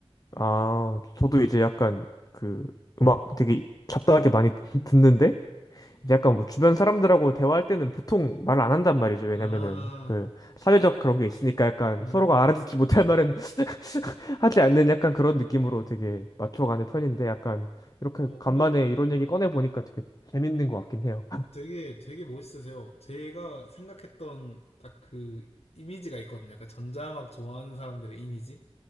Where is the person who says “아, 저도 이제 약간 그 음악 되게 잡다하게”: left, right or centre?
Left